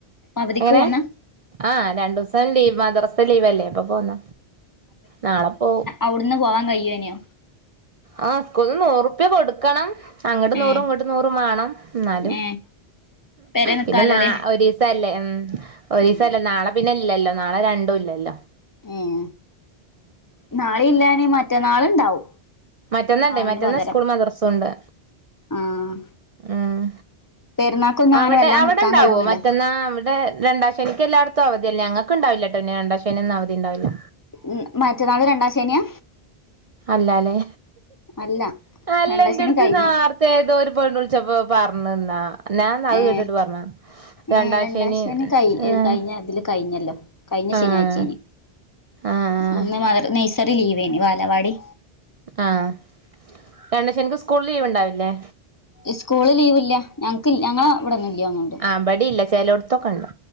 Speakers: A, on the left; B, on the right.
A: അവധിക്ക്
B: എങ്ങനെ
A: പോന്ന?
B: ആഹ് രണ്ടുസം ലീവ് മദ്രസ ലീവലേ അപ്പൊ പോന്ന നാളെ പോവും.
A: അവ്ട്ന്ന് പോവാൻ കയ്യേന്യോ?
B: ആഹ് സ്കൂൾക്ക് നൂറുപ്യ കൊട്ക്കണം. അങ്ങട്ട്
A: ഏഹ്
B: നൂറും ഇങ്ങട്ട് നൂറും മാണം ന്നാലും
A: ഏഹ് പെരേ നിക്കാലോല്ലേ
B: പിന്നെ നാ ഒരീ സല്ലേ ഉം ഒരീസല്ലേ
A: ഉം
B: നാളെ പിന്നെ ഇല്ലല്ലോ നാളെ രണ്ടുല്ലല്ലോ.
A: ഉം നാളില്ലാനി മറ്റന്നാള്ണ്ടാവും.
B: മറ്റന്നണ്ട്
A: അയിന്
B: മറ്റന്ന
A: പകരം
B: സ്ക്കൂളും മദ്രസുണ്ട്
A: ആഹ്
B: ഉം
A: പെരുന്നാക്കൊന്നും അങ്ങനെ
B: അവിടെ
A: വല്ലാതെ
B: അവിടെണ്ടാവോ
A: നിക്കാൻ കഴിഞ്ഞില്ല
B: മറ്റന്നാ അവിടെ രണ്ടാ ശനിക്ക് എല്ലായിടത്തും അവധിയല്ലെ ഞങ്ങക്ക് ഇണ്ടാവില്ലട്ടൊ അന്ന് രണ്ടാ ശനിയൊന്നും അവധിണ്ടാവില്ല
A: ഉം മറ്റന്നാൾ രണ്ടാം ശനിയാ
B: അല്ലാല്ലേ
A: അല്ല
B: അല്ല
A: രണ്ടാം
B: ഇൻ്റെടുത്ത്
A: ശനി കഴിഞ്ഞു
B: നാ ത്തെ ഏതോ ഒര് പെണ്ണ് വുളിച്ചപ്പോ പറഞ്ഞ്ന്നാ ഞാ ഇന്നാ അത്
A: ഏഹ്
B: കേട്ടിട്ട് പറഞ്ഞ രണ്ടാശനി
A: ഏഹ് രണ്ടാം ശനി കഴി
B: ഏഹ്
A: കഴിഞ്ഞ ഇതില് കഴിഞ്ഞല്ലോ കഴിഞ്ഞ ശെനിയാഴ്ചേനി
B: ആഹ് ആഹ്
A: അന്ന് നൈയ്സറി ലീവേനി വാലവാടി
B: ആഹ് രണ്ടാശെനിക്ക് സ്കൂൾ ലീവ് ഇണ്ടാവില്ലേ?
A: ഇസ്കൂള് ലീവ്ല്ല ഞങ്ങക്ക് ഞങ്ങള ഇവിടൊന്നും ഇല്ല്യതോന്ന്ണ്ട്
B: ആ ഇബടില്ല സ് ചേലൊട്ത്തോകണ്ട്